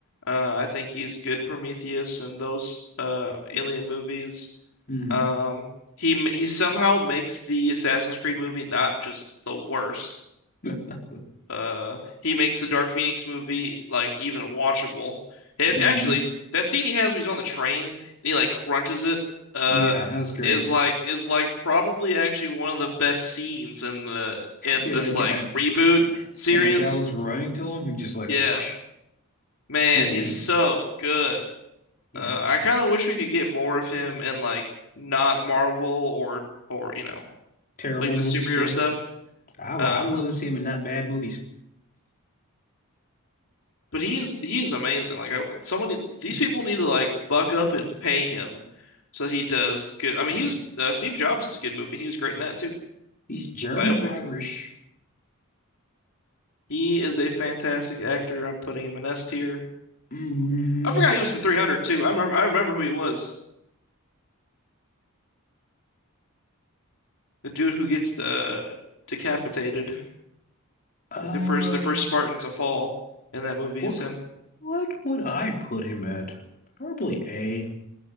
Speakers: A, on the left; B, on the left.
A: Uh, I think he's good in Prometheus and those uh, Alien movies.
B: Mm-hmm.
A: Um, he he somehow makes the Assassin's Creed movie not just the worst,
B: <laughs>
A: uh, he makes the Dark Phoenix movie like even watchable. It
B: Mm-hmm.
A: actually that scene he has when he's on the train and he like crunches it uh
B: Yeah, that was great.
A: is like is like probably actually one of the best scenes in the in
B: Yeah,
A: this
B: I get-
A: like reboot series.
B: and that guy was running to him and just like,
A: Yeah,
B: whoosh.
A: man,
B: Yeah,
A: he's
B: he
A: so
B: is.
A: good.
B: Yeah.
A: Uh, I kind of wish we could get more of him in like not Marvel or or you know
B: Terrible
A: like the
B: movies,
A: superhero
B: yeah.
A: stuff.
B: I I
A: Um,
B: love to see him in not bad movies.
A: But he is he is amazing. Like I, someone
B: <laughs>
A: these people need to like buck up and pay him so he does good. I mean,
B: Mhm.
A: he was uh, Steve Jobs is a good movie, and he was great in that too.
B: He's German
A: The biopic.
B: Irish.
A: He is a fantastic actor. I'm putting him in S tier.
B: Mm,
A: I forgot he was in 300 too. I remember I remember who he was. The dude who gets the decapitated,
B: um,
A: like the first the first Spartan to fall in that movie
B: what
A: is him.
B: what would I put him at? Probably A.